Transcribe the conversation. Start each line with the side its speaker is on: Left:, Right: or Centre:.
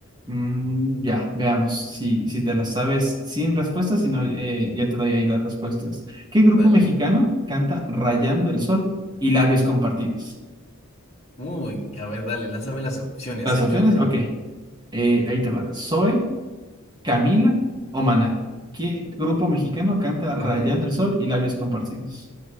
Right: Mm, ya, veamos si, si te la sabes sin respuestas, si no, eh, ya te doy ahí las respuestas. ¿Qué
Left: dale.
Right: grupo mexicano canta Rayando el Sol y Labios Compartidos?
Left: Uy, a ver, dale, lánzame las opciones.
Right: Las
Left: ahí
Right: opciones,
Left: creo que...
Right: ok. Eh, ahí te va. Zoe, Camila o Maná. ¿Qué grupo mexicano canta Rayando
Left: A ver.
Right: el Sol y Labios Compartidos?